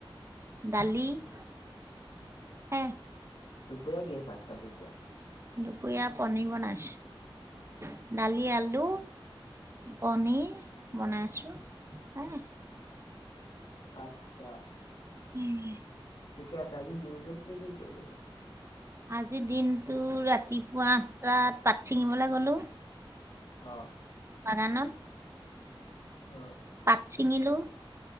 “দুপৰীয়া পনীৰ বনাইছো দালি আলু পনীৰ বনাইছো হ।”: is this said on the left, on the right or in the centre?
Right